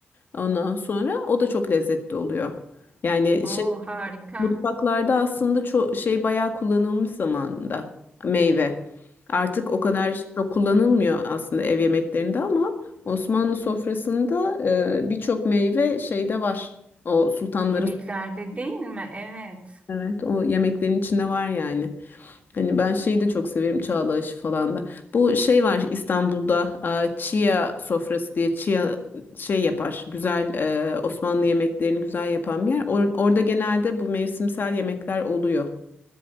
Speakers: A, on the left; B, on the right.
A: Ondan sonra o da çok lezzetli oluyor. Yani
B: Oo,
A: şey
B: harika.
A: mutfaklarda aslında çok şey bayağı kullanılmış zamanında meyve. Artık o kadar çok kullanılmıyor aslında ev yemeklerinde ama Osmanlı sofrasında e, birçok meyve şeyde var. O sultanları
B: Yemeklerde değil mi? Evet.
A: Evet, o yemeklerin içinde var yani. Hani ben şeyi de çok severim çağla aşı falan da. Bu şey var İstanbul'da e, chia sofrası diye chia şey yapar. Güzel e, Osmanlı yemeklerini güzel yapan bir yer. Or- orada genelde bu mevsimsel yemekler oluyor.